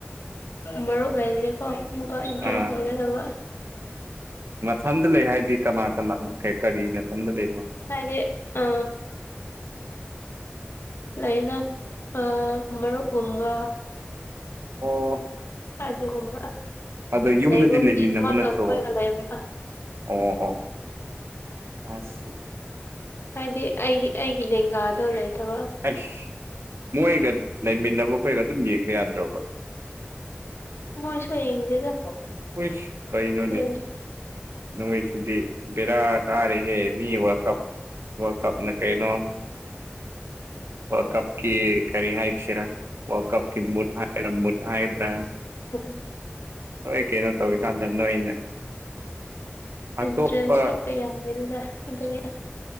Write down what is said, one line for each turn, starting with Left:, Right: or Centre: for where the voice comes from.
Left: ꯃꯔꯨꯞ ꯂꯩꯔꯗꯤꯀꯣ ꯑꯃꯨꯛꯀ ꯏꯟꯇ꯭ꯔꯦꯁ
Right: ꯑꯥ
Left: ꯂꯩꯒꯗꯕ
Right: ꯊꯟꯗ ꯂꯩ ꯍꯥꯏꯗꯤ ꯀꯅꯥ ꯀꯅꯥ ꯀꯔꯤ ꯅꯊꯟꯗ ꯂꯩꯔꯤꯅꯣ
Left: ꯍꯥꯏꯗꯤ ꯑ ꯂꯩꯅ ꯑ ꯃꯔꯨꯞ ꯀꯨꯝꯕ
Right: ꯑꯣ
Left: ꯑꯗꯨꯒꯨꯝꯕ
Right: ꯑꯗꯣ ꯌꯨꯝꯗꯗꯤ
Left: ꯂꯩꯕꯕꯨꯗꯤ
Right: ꯂꯩꯃꯤꯟꯅꯕ
Left: ꯏꯃꯥꯇꯣꯟ
Right: ꯅꯠꯇ꯭ꯔꯣ
Left: ꯈꯣꯏꯒ ꯂꯩꯕ
Right: ꯑꯣ ꯑꯣ ꯑꯁ
Left: ꯍꯥꯏꯗꯤ ꯑꯩꯒꯤ ꯑꯩꯒꯤ ꯂꯦꯡꯒꯥꯗꯣ ꯂꯩꯇꯕ
Right: ꯑꯁ ꯃꯣꯏꯒ ꯂꯩꯃꯤꯟꯅꯕ ꯈꯣꯏꯒ ꯑꯗꯨꯝ ꯌꯦꯡꯕ ꯌꯥꯗ꯭ꯔꯕ
Left: ꯃꯣꯏꯁꯨ ꯌꯦꯡꯗꯦꯗ
Right: ꯎꯁ ꯀꯩꯅꯣꯅꯦ
Left: ꯑꯗꯨꯒꯤ
Right: ꯅꯣꯏ ꯁꯤꯗꯤ ꯕꯦꯔꯥ ꯀꯥꯔꯦꯍꯦ ꯃꯤ ꯋꯥ ꯀꯞ ꯋꯥꯔꯜꯗ ꯀꯞꯅ ꯀꯩꯅꯣ ꯋꯥꯔꯜꯗ ꯀꯞ ꯀ ꯀꯔꯤ ꯍꯥꯏꯥꯁꯤꯔ ꯋꯥ ꯀꯞ ꯃꯨꯗ ꯍꯥꯏꯔ ꯃꯨꯗ ꯍꯥꯏꯗ꯭ꯔꯥ
Left: ꯑꯣ
Right: ꯅꯣꯏ ꯀꯩꯅꯣ ꯇꯧꯋ ꯀꯥꯟꯗ ꯅꯣꯏꯅ ꯑꯇꯣꯞꯄ
Left: ꯏꯟꯇꯔꯦꯁꯁꯨ ꯀꯌꯥ ꯂꯩꯇꯦꯗ ꯑꯗꯒꯤ